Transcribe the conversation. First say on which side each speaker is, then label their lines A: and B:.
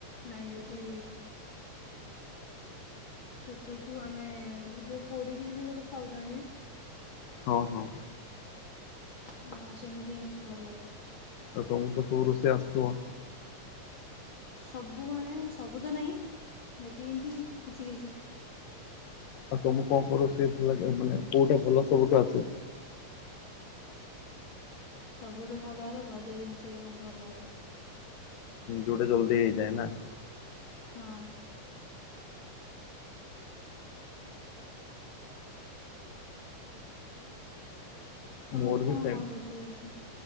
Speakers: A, on the left (about 40°); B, on the left (about 80°).
A: ନାଇଁ ଯଦି ଛତୁକୁ ଆମେ ଯେଉ ପୋଡ଼ିକିରି ବି ଗୋଟେ ଖାଉଛନ୍ତି।
B: ହଁ ହଁ
A: ହଁ ସେମିତି ହେିଁ କିଛି ଭଲ ଲାଗେ
B: ଆ ତମ ତ ସବୁ ରୋଷେଇ ଆସୁ ଥିବ
A: ସବୁ ମାନେ ସବୁ ତ ନାହିଁ ବାକି ଏମତି କିଛି କିଛି
B: ଆଉ ତମକୁ କଣ କଣ ରୋଷେଇ ଭଲ ଲାଗେ ମାନେ କୋଉଟା ଭଲ ସବୁଠୁ ଆସେ।
A: ସବୁଠୁ ଭଲ ହେଲେ ଭଜା ଜିନିଷ ହିଁ ମୋତେ ଭଲ ଆସେ।
B: ଯୋଟା ଜଲଦି ହେଇଯାଏ ନା
A: ହଁ ତୁମକୁ
B: ମୋର ବି
A: କଣ
B: ସେମ୍
A: କଣ ରୋଷେଇ ଆସ?